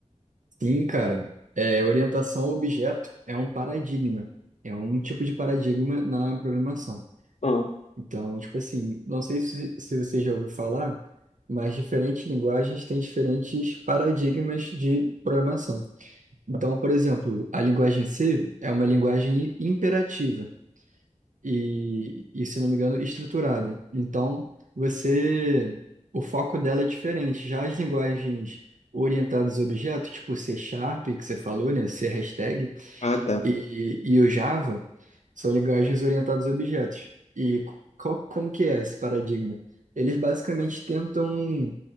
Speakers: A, on the right; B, on the left.
A: Sim, cara. É, orientação ao objeto é um paradigma. É um tipo de paradigma na programação.
B: Não.
A: Então, tipo assim, não sei se, se você já ouviu falar, mas diferentes linguagens têm diferentes paradigmas de programação. Então, por exemplo, a linguagem C é uma linguagem imperativa e, e, se não me engano, estruturada. Então, você, o foco dela é diferente. Já as linguagens orientadas a objetos, tipo C Sharp, que você falou, né, C hashtag,
B: Ah, tá.
A: e, e o Java, são linguagens orientadas a objetos. E qual, como que é esse paradigma? Eles basicamente tentam